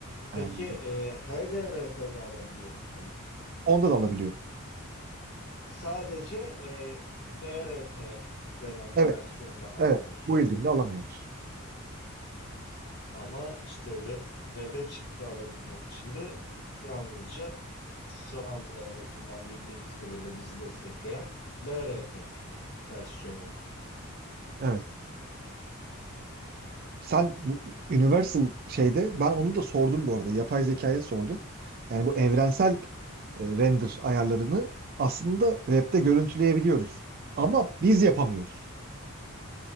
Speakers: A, on the left (about 50°); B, on the right (about 40°).
A: Peki
B: ayarlama
A: e, HDRP'de alabiliyor musun?
B: Onda da alabiliyorum.
A: Sadece e, BRP denen
B: Evet,
A: versiyonda alamıyorsun.
B: evet. Bu Wielding'de alamıyoruz.
A: Ama işte ve, Web'e çıktı alabilmek için de yalnızca şu anda en azından bildiğimiz kadarıyla bizi destekleyen BRP versiyonu var.
B: Evet. Sen bu Universal şeyde ben onu da sordum bu arada. Yapay zekaya sordum. Yani bu evrensel e, render ayarlarını aslında web'de görüntüleyebiliyoruz. Ama biz yapamıyoruz.